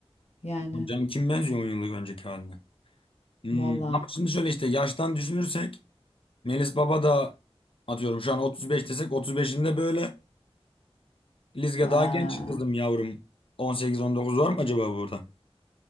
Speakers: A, on the left (about 85°); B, on the left (about 55°).
A: Yani
B: Hocam kim benziyor 10 yıllık önceki haline? Hmm,
A: valla.
B: ama şimdi şöyle işte yaştan düşünürsek Melis Baba da atıyorum şu an 35 desek 35'inde böyle Lizge
A: Ha.
B: daha genç kızım yavrum. 18-19 var mı acaba burada?